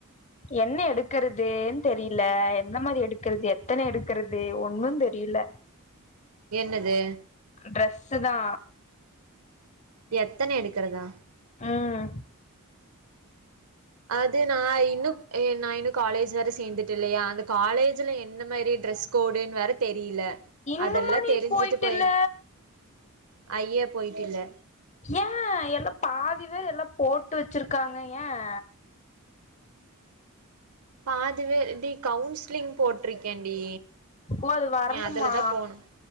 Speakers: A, on the left; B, on the right.
A: என்ன எடுக்கறதூன் தெரியில எந்த மாரி எடுக்கறது எத்தன எடுக்கறது ஒன்னுந் தெரியில
B: என்னது
A: ட்ரெஸ்ஸு தா
B: எத்தன எடுக்கறதா
A: ம்
B: அது நா இன்னு எ நா இன்னு காலேஜ் வேற சேந்துட்டே இல்லையா அந்த காலேஜ்ல என்ன மாரி ட்ரெஸ் கோடுன் வேற தெரியில
A: இன்னுமா
B: அதெல்லா
A: நீ
B: தெரிஞ்சிட்டு
A: போயிட்டுல்ல
B: போயெடுக் ஐயே போயட்டுல்ல
A: ஏன் எல்லாம் பாதி வேர் எல்லாம் போட்டு வச்சிருக்காங்க ஏன்
B: பாதி வே டி கவுன்சிலிங் போட்டிருக்கேன்டி
A: ஓ அது வரணுமா
B: ஏ அதுலதான் போனும்